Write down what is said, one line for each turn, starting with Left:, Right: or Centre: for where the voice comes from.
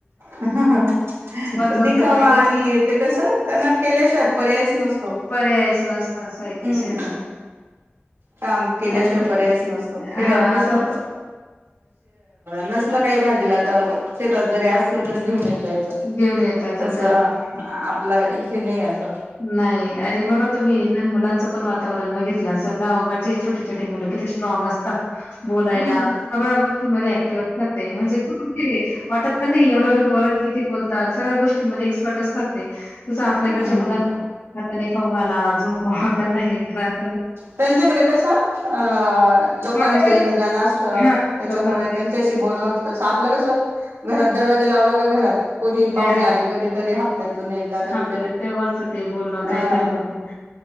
Right: हं हं हं
Left: असतो
Right: दिखावा
Left: बाकी
Right: आणि ते कसं त्यांना केल्याशिवाय पर्यायच नसतो
Left: पर्यायच नसत असा एक विषय
Right: हम्
Left: असतो
Right: काम केल्याशिवाय
Left: आणि
Right: पर्यायच नसतो खेड्यात
Left: हा
Right: कस
Left: आता
Right: अ
Left: ब-
Right: नस सकाळी भाजीला तर शेतात जरी असलं तरी घेऊन जाता
Left: घेऊन येतात आणि
Right: तस
Left: कर
Right: आपलं इ <unintelligible>
Left: नाही अरे बघा तुम्ही लहान मुलांचं पण वातावरण बघितलं तर गावाकडची छोटी छोटी मुलं किती स्ट्रॉंग असतात. बोलायला
Right: हम्म
Left: सगळ्या गोष्टींमध्ये ते म्हणतात ना ते म्हणजे वाटत पण नाही एवढे एवढे पोर किती बोलतात सगळ्या गोष्टी मध्ये एक्सपर्ट असतात ते तेच आपल्याकडच्या
Right: हम्म
Left: मुलां
Right: हम्म
Left: हाताने खाऊघाला झोपवा त्यांना हे घरात
Right: त्यांच्याकडे कसं अं लोकांचं
Left: वातावरण
Right: येण जाणं असतं
Left: हां,
Right: त्याच्यामुळे
Left: लोकांचे
Right: त्यांच्याशी बोलणं होतं तसं आपलं कसं घरात दरवाजे लावला का घरात कोणी
Left: घरात
Right: पाहुणे आले कधीतरी हप्त्यातून एकदा कधीतरी
Left: हाप्त्यात तेव्हाच ते बोलणं काहीतरी
Right: हा
Left: होत